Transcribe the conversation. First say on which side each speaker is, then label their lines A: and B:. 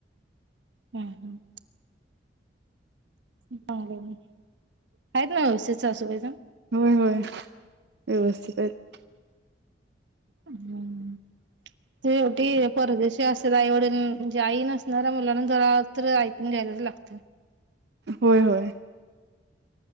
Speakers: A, on the right (about 85°); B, on the right (about 65°).
A: हम्म हम्म. चांगलं हाय मग. आहेत ना व्यवस्थित सासूबाई तेणं?
B: व्हय व्हय व्यवस्थित हायत.
A: हम्म शेवटी परदेशी असेल आईवडील म्हणजे आई नसणाऱ्या मुलांना जरा तर ऐकून घ्यायलाच लागतंय.
B: होय होय.